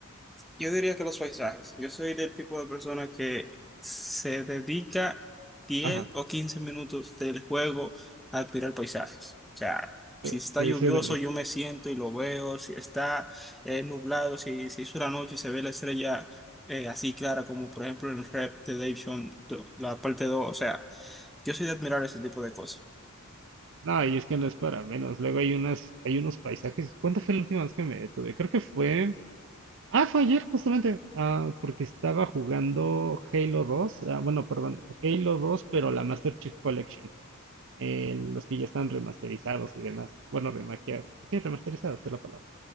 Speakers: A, in the centre; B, on the right (about 60°).
A: Yo diría que los paisajes. Yo soy del tipo de persona que se dedica diez
B: Ajá,
A: o quince minutos del juego a admirar paisajes. O sea, si
B: e-
A: está
B: ese
A: lluvioso,
B: de los...
A: yo me siento y lo veo. Si está eh, nublado, si se hizo la noche y se ve la estrella eh, así clara, como por ejemplo en Red Dead Redemption, do- la parte dos O sea, yo soy de admirar ese tipo de cosas.
B: No, y es que no es para menos. Luego hay unas, hay unos paisajes. ¿Cuándo fue la última vez que me detuve? Creo que fue Ah, fue ayer justamente, ah, porque estaba jugando Halo dos, ah, bueno, perdón, Halo dos, pero la Master Chief Collection, eh, los que ya están remasterizados y demás, bueno, remaqueados, sí, remasterizados es la palabra,